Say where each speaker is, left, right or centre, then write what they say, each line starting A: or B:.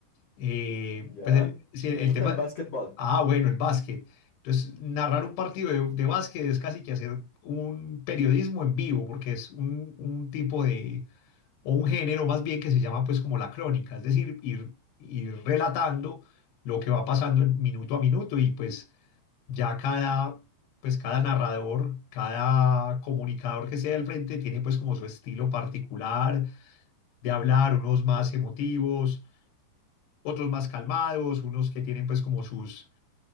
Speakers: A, on the left (about 90°); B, on the left (about 50°).
A: Eh,
B: Ya.
A: pues el, si el-
B: Me
A: el
B: gusta
A: tema,
B: el básquetbol.
A: ah, bueno, el básquet. Entonces, narrar un partido de, de básquet es casi que hacer un periodismo en vivo, porque es un, un tipo de, o un género más bien que se llama pues como la crónica, es decir, ir, ir relatando lo que va pasando en minuto a minuto y pues ya cada, pues cada narrador, cada comunicador que sea al frente tiene pues como su estilo particular de hablar, unos más emotivos, otros más calmados, unos que tienen pues como sus,